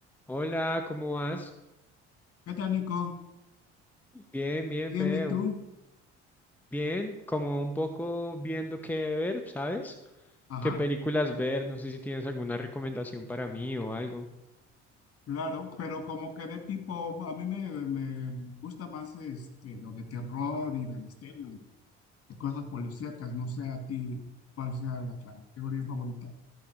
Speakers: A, in the centre; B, on the left.
A: Hola, ¿cómo vas?
B: ¿Qué tal, Nico?
A: Bien, bien,
B: Bien,
A: Fede.
B: ¿y tú?
A: un- Bien, como un poco viendo qué ver, ¿sabes?
B: Ajá,
A: ¿Qué películas ver? No sé si tienes alguna recomendación para mí o algo.
B: claro, pero como que de tipo, a mí me, me gusta más este, lo de terror y de misterio y de cosas policíacas, no sé a ti cuál sea la categoría favorita.